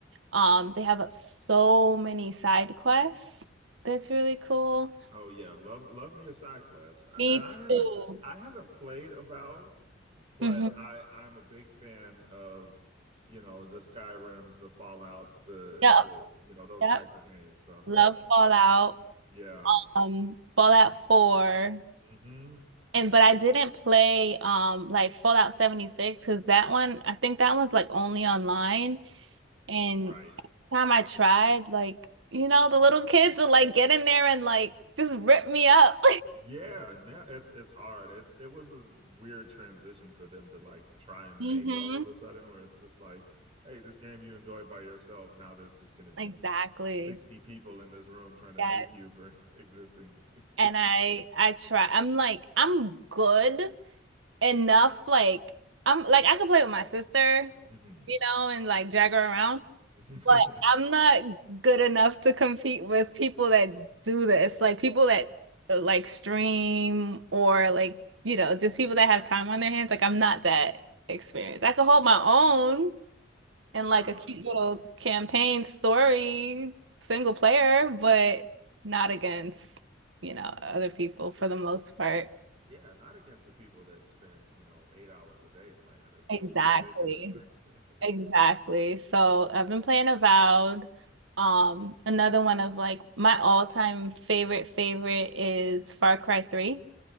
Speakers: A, on the right; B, on the right.
A: Um, they have uh, so many side quests. That's really cool.
B: Oh yeah, love love me a side quest. I,
A: Me
B: and I
A: too.
B: haven't I haven't played Avowed, but
A: hmm
B: I I'm a big fan of, you know, the Skyrims, the Fallouts, the
A: Yep,
B: the you know, those
A: yep.
B: types of games. So,
A: Love Fallout.
B: <laughs> yeah.
A: Um, Fallout 4.
B: Mhm.
A: And but I didn't play um like Fallout 76 because that one, I think that one's like only online. And
B: Right.
A: time I tried, like, you know, the little kids will like get in there and like just rip me up.
B: Yeah, now it's it's hard. It's it was a weird transition for them to like try and
A: <laughs> hmm
B: make all of a sudden where it's just like, hey, this game you enjoy by yourself. Now there's just gonna be
A: Exactly.
B: 60 people in this room trying to
A: Yes.
B: nuke you for <laughs> existing. <laughs>
A: And I I try. I'm like I'm good enough. Like I'm like I can play with my sister,
B: Mhm.
A: you know, and like drag her around.
B: <laughs>
A: But I'm not good enough to compete with people that do this. Like people that uh, like stream or like, you know, just people that have time on their hands. Like I'm not that experienced. I can hold my own in
B: Right.
A: like a cute little campaign story, single player, but not against, you know, other people for the most part.
B: Yeah, not against the people that spend, you know, eight hours a day playing. It's
A: Exactly.
B: this is ridiculous. <laughs>
A: Exactly. So I've been playing Avowed. Um, another one of like my all-time favorite favorite is Far Cry 3.